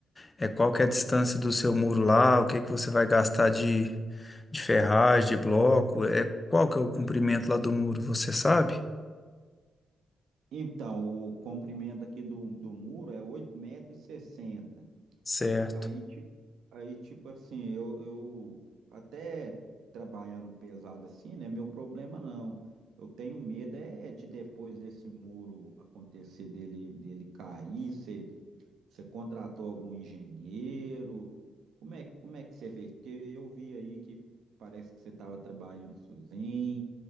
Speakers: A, on the left (about 20°); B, on the right (about 75°).
A: É qual que é a distância do seu muro lá, o que que você vai gastar de, de ferragem, de bloco, é qual que é o comprimento lá do muro, você sabe?
B: Então, o comprimento aqui do, do muro é oito metros. e sessenta.
A: Certo.
B: Aí, tipo, aí, tipo assim, eu, eu até trabalhar no pesado assim, né? Meu problema não. Eu tenho medo é de depois desse muro acontecer dele, dele cair. Você, você contratou algum engenheiro? Como é, como é que você vê Porque eu vi aí que parece que você estava trabalhando sozinho.